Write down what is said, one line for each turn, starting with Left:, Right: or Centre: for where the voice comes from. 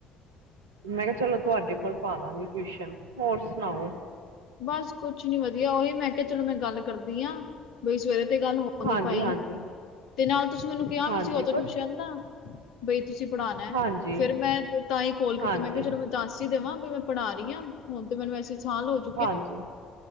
Right: ਮੈਂ ਕਿਹਾ ਚਲੋ ਤੁਹਾਡੇ ਕੋਲ ਪਾ ਦਾਂਗੀ ਟਿਊਸ਼ਨ ਹੋਰ ਸੁਣਾਓ।
Left: ਬਸ ਕੁਛ ਨੀ ਵਦਿਆ ਉਹੀ ਮੈਂ ਕਿਹਾ ਚਲੋ ਮੈਂ ਗੱਲ ਕਰਦੀ ਆਂ ਬਈ ਸਵੇਰੇ ਤੇ ਗੱਲ ਹੋ ਉਹ
Right: ਹਾਂਜੀ
Left: ਨ ਭਾਈ
Right: ਹਾਂਜੀ।
Left: ਤੇ ਨਾਲ ਤੁਸੀਂ ਮੈਨੂੰ ਕਿਹਾ
Right: ਹਾਂਜੀ
Left: ਵੀ ਸੀ ਉਦੋਂ
Right: ਬਸ
Left: ਟਿਊਸ਼ਨ ਦਾ ਬਈ ਤੁਸੀਂ ਪੜ੍ਹਾਣਾ
Right: ਹਾਂਜੀ
Left: ਫੇਰ ਮੈਂ ਤਾਂ ਈ ਕੋਲ
Right: ਹਾਂਜੀ।
Left: ਕੀਤੀ ਮੈਂ ਕਿਹਾ ਚਲੋ ਮੈ ਦਸ ਈ ਦੇਵਾਂ ਮੈਂ ਬਈ ਪੜਾ ਹੀ ਆਂ ਹੁਣ ਤੇ ਮੈਨੂੰ ਐਸੀ ਸਾਲ ਹੋ ਜਾ
Right: ਹਾਂਜੀ।